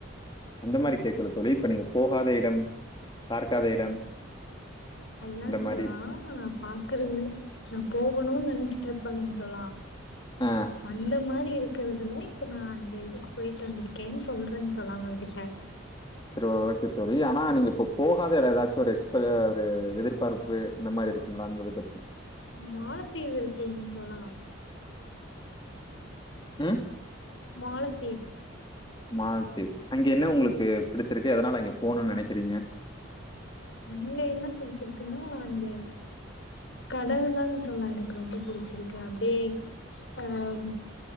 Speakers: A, on the left (about 20°); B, on the left (about 60°).
A: அந்த மாரி கேட்கல தோழி இப்ப நீங்க போகாத இடம் பார்காத இடம்
B: அதான்
A: இந்த மாதிரி
B: தோழா நா பாக்குறது நா போகணும்னு நெனைச் ச்சுட்டு இருப்பல தோழா
A: ஆ
B: அந்த மாரி இருக்கு இருக்கறதுல இப்ப நா அந்த இதுக்கு போய்ட்டு வந்திருக்கேன்னு சொல்றே தோழா உங்க கிட்ட
A: செரி ஓகே தோழி ஆனா நீங்க இப்ப போகாத ஏதாச்சும் ஒரு எக்ஸ்ப ஒரு எதிர்பார்ப்பு இந்த மாதிரி இருக்குங்களா அந்த இது பத்தி
B: மாலத்தீவு இருக்கில்லீங் தோழா
A: ஆஹ்
B: மாலதீவ்
A: மாலத்தீவு அங்க என்ன உங்களுக்கு பிடிச்சிருக்கு
B: ம்,
A: எதனால அங்க போணும்னு நெனைக்கிறீங்க
B: அங்க என்ன புடிச்சிருக்குன்னா அந்த கடல் தாங்க தோழா எனக்கு ரொம்ப புடிச்சிருக்கு அப்டியே ஆஹ்